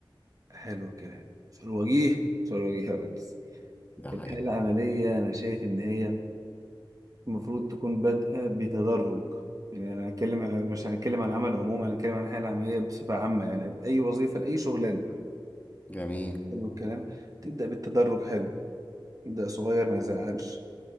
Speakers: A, on the right; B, on the left.
A: حلو الكلام سؤال وجيه سؤال وجيه يا ريس
B: ده
A: الحاله
B: حقيقي
A: العمليه انا شايف ان هي المفروض تكون بادئة بتدرج يعني أنا هنتكلم مش هنتكلم عن العمل عموما أنا هنتكلم عن الحياة العملية بصفة عامة يعني أي وظيفة لأي شغلانة
B: جميل
A: حلو الكلام تبدأ بالتدرج حلو تبدأ صغير ما يزعلش